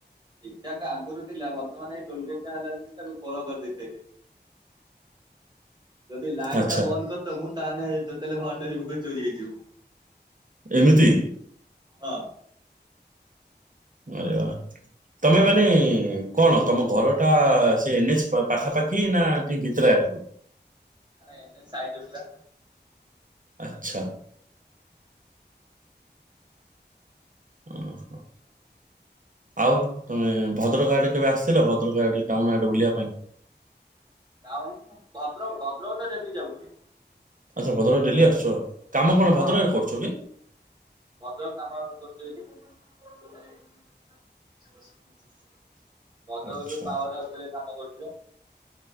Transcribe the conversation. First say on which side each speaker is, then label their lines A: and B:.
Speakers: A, on the right; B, on the right.
A: ଏଟାକ ଆଗରୁ ଥିଲା, ବର୍ତ୍ତମାନ ଏଇ ଟୋଲଗେଟ ଟା ହେଲା ଦିନୁ ଠାରୁ ଖୋଳ କରିଦେଇ ସାଇଲେଇ। ଯଦି ଲାଇଟ୍
B: ଆଚ୍ଛା
A: ଟା ବନ୍ଦ କରିଦମୁ ତାହେଲେ ଟୋଟାଲି ଭଣ୍ଡାରୀପୋଖରୀ ଚୋରି ହେଇଯିବ।
B: ଏମିତି?
A: ହଁ।
B: ଆରେ ବା। ତମେ ମାନେ କଣ ତମ ଘର ଟା ସେ ଏନ୍ ଏଚ୍ ପାଖାପାଖି ନା ଟିକେ ଭିତର ଆଡକୁ?
A: ଆରେ ଏବେ ସାଇଟ୍ ପୁରା।
B: ଆଚ୍ଛା।
A: <inaudible>
B: ଅଁ, ଆଉ ତୁମେ ଭଦ୍ରକ ଆଡେ କେବେ ଆସିଥିଲ? ଭଦ୍ରକ ଆଡ଼େ ଟାଉନ ଆଡେ ବୁଲିବା ପାଇଁ।
A: ଟାଉନୁ, ଭଦ୍ରକ ଭଦ୍ରକ ତ ଡେଲି ଯାଉଛି।
B: ଆଚ୍ଛା ଭଦ୍ରକ ଡେଲି ଆସୁଛ? କାମ କଣ
A: ହଁ
B: ଭଦ୍ରକରେ କରୁଛ କି
A: ଭଦ୍ରକ ଆମର ଗୋଟେ ଯେ କି ଭଦ୍ରକ
B: ଆଚ୍ଛା
A: ଯୋଉ ପାୱାର ହାଉସ୍ ରେ କାମ କରୁଚି ବା।